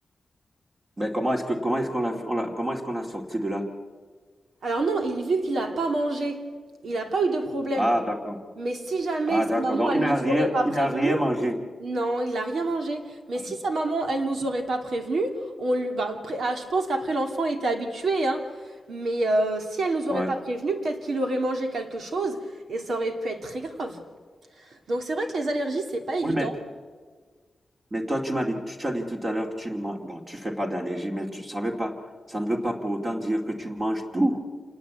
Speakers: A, on the right; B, on the right.
A: Mais comment est-ce que comment est-ce qu'on l'a, on l'a- comment est-ce qu'on l'a sorti de là?
B: Alors non, il vu qu'il n'a pas mangé, il n'a pas eu de problème.
A: Ah, d'accord.
B: Mais si jamais
A: Ah,
B: sa
A: d'accord.
B: maman,
A: Donc
B: elle
A: il n'a
B: ne nous
A: rien,
B: aurait pas
A: il
B: prévenu,
A: n'a rien mangé.
B: Non, il n'a rien mangé. Mais
A: Ah,
B: si sa maman, elle nous aurait pas prévenu, on lui, bah, après- ah, je pense qu'après l'enfant était habitué, hein. Mais euh, si elle nous aurait
A: Ouais.
B: pas prévenu, peut-être qu'il aurait mangé quelque chose et ça aurait pu être très grave. Donc c'est vrai que les allergies, c'est pas évident.
A: Oui, mais, mais toi, tu m'as dit, tu, tu as dit tout à l'heure que tu ne manges, bon, tu fais pas d'allergie, mais tu savais pas, ça ne veut pas pour autant dire que tu manges tout.